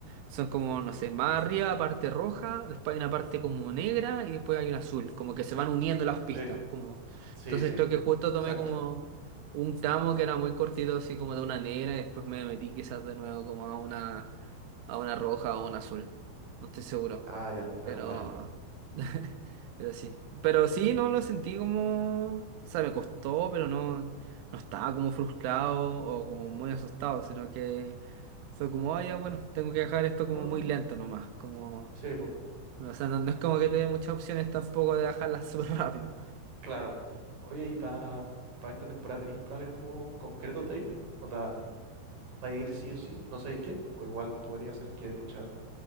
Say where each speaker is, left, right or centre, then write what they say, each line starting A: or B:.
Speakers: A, on the right; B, on the right.
A: Son como, no sé, más arriba parte roja, después hay una parte como negra y después hay una azul, como que se van uniendo las pistas,
B: sí,
A: como...
B: sí,
A: Entonces
B: sí,
A: creo que justo
B: exacto.
A: tomé como un tramo que era muy cortito, así como de una negra, y después me metí quizás de nuevo como a una, a una roja o una azul, no estoy seguro.
B: Ah, ya, menos
A: Pero,
B: mal.
A: <laughs> pero sí. Pero sí, no lo sentí como, o sea, me costó, pero no, no estaba como frustrado o como muy asustado, sino que fue como, ah, ya, bueno, tengo que dejar esto como
B: Ah,
A: muy lento nomás, como,
B: sí,
A: no, o sea, no, no es como que te dé muchas opciones tampoco de dejarlas
B: pues.
A: <laughs> súper rápido.
B: Claro. Oye, ¿y para esta temporada tenéis planes como concretos de ir? Onda, ¿vais a ir sí o sí? ¿No sabéis qué? O igual podría ser que, pucha,